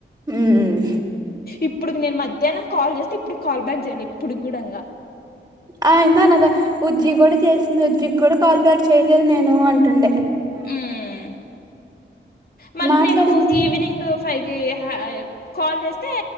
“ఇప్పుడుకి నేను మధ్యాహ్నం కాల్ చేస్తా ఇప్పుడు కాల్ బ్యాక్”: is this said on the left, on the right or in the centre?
Left